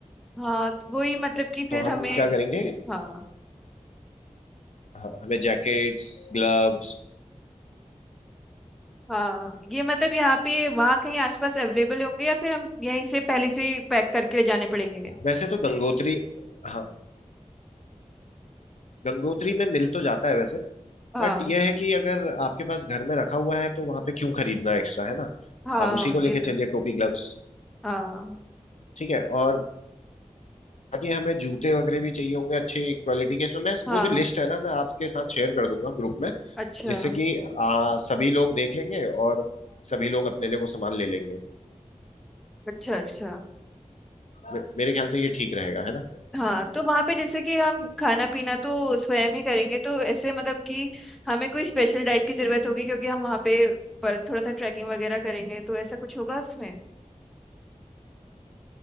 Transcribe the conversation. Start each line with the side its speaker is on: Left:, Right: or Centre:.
Centre: हाँ तो वही मतलब कि
Left: तो
Centre: फिर
Left: हम
Centre: हमें
Left: क्या करेंगे
Centre: हाँ
Left: हाँ, हमें जैकेट्स ग्लव्स
Centre: हाँ ये मतलब यहाँ पे वहाँ कहीं आसपास अवेलेबल होंगे या फिर हम यहीं से पहले से पैक करके ले जाने पड़ेंगे
Left: वैसे तो गंगोत्री हाँ गंगोत्री में मिल तो जाता है वैसे
Centre: हाँ
Left: बट यह है कि अगर आपके पास घर में रखा हुआ है तो वहाँ पे क्यों खरीदना एक्स्ट्रा है ना
Centre: हाँ
Left: आप उसी को लेके
Centre: ये
Left: चलिए
Centre: तो
Left: टोपी ग्लव्स
Centre: हाँ
Left: ठीक है और बाकी हमें जूते वगैरह भी चाहिए होंगे अच्छी क्वालिटी के इसमें मैं
Centre: हाँ
Left: वो जो लिस्ट है ना मैं आपके साथ शेयर कर दूंगा ग्रुप में
Centre: अच्छा
Left: जिससे कि आ, सभी लोग देख लेंगे और सभी लोग अपने लिए वो सामान ले लेंगे
Centre: अच्छा अच्छा
Left: मे- मेरे ख्याल से ये ठीक रहेगा है ना
Centre: हाँ तो वहाँ पे जैसे कि हम खाना पीना तो स्वयं ही करेंगे तो ऐसे मतलब कि हमें कोई स्पेशल डाइट की जरूरत होगी क्योंकि हम वहाँ पे पर थोड़ा सा ट्रैकिंग वगैरह करेंगे तो ऐसा कुछ होगा इसमें